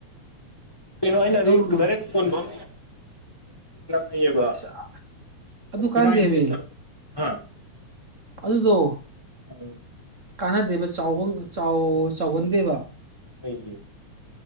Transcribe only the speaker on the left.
ꯀꯩꯅꯣ ꯑꯩꯅꯗꯤ
ꯗꯥꯏꯔꯦꯛ ꯀꯣꯟ ꯐꯝ ꯂꯩꯌꯦꯕ
ꯃꯣꯏ
ꯏꯔꯥꯏ <unintelligible>
ꯎꯝ
ꯑꯩꯒꯤ